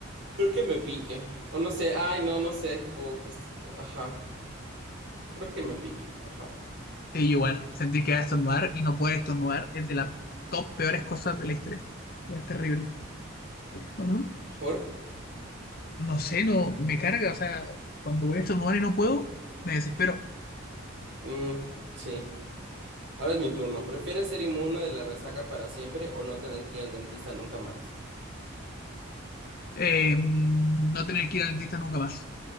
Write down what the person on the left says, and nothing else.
Sí, igual, sentir que va a estornudar y no poder estornudar es de las top peores cosas de la historia. Es terrible. ¿O no?
No sé, no, me carga, o sea, cuando voy a estornudar y no puedo, me desespero.
Eh, no tener que ir al dentista nunca más,